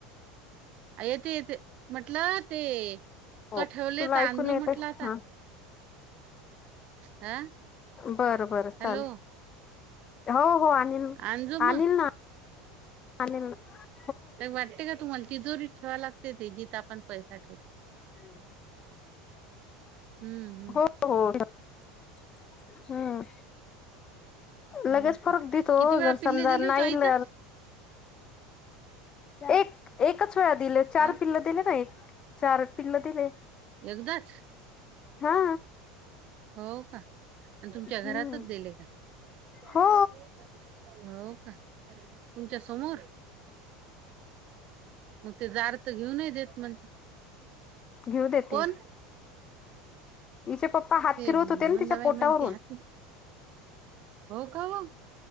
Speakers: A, on the right; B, on the left.
A: य ते य ते म्हटलं ते
B: हो
A: तो ठेवलेता
B: तुला ऐकून
A: अंंदु
B: येते
A: म्हटला आता
B: हा
A: हा
B: बरं बरं
A: हॅलो
B: चाल हो हो अनिल
A: आणजो मग
B: अनिल ना अनिल ना
A: वाटते का तुम्हाला तिजोरीत ठेवा लागते ते जिथ आपण पैसा ठेवतो
B: <inaudible>
A: हम्म
B: हो हो - हम्
A: हम्म
B: लगेच फरक देतो
A: किती वेळा
B: जर
A: पिल्ले
B: समजा
A: दिले होतो
B: नाहील
A: आई तर
B: एक एकच पाच वेळा दिले चार
A: का
B: पिल्ल दिले ना एक चार पिल्ल दिले
A: एकदाच
B: हा
A: हो का आणि तुमच्या
B: हम्म
A: घरातच दिले का <unintelligible>
B: हो
A: हो तुमच्या समोर मग ते जार त घेऊ नही देत म्हजे
B: घेऊ देते
A: कोण?
B: हिचे पप्पा हात
A: ते
B: फिरवत होते ना
A: मंदाबाई
B: तिच्या पोटावरून
A: म्हणते हात हो का ओ